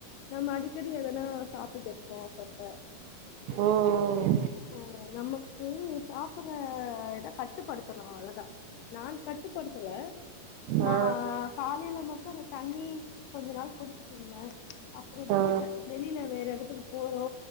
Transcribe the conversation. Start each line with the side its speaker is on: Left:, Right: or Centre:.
Left: நம்ம அடிக்கடி அதெல்லா சாப்பிட்டு போப்பப்ப
Right: ம்
Left: ஆஹ் நம்ம உம் சாப்பற இத கட்டுப்படுத்தணு அவ்ளதா நான் கட்டுப்படுத்தற
Right: ம்
Left: மா
Right: ஆ
Left: காலையில மட்டு அந்த தண்ணி கொஞ்ச நாள் குடிச்சுட்டு இருந்தே அப்புறம் விட்டுட்டே
Right: ஆ
Left: வெளில வேற லு எடத்துக்கு போறோ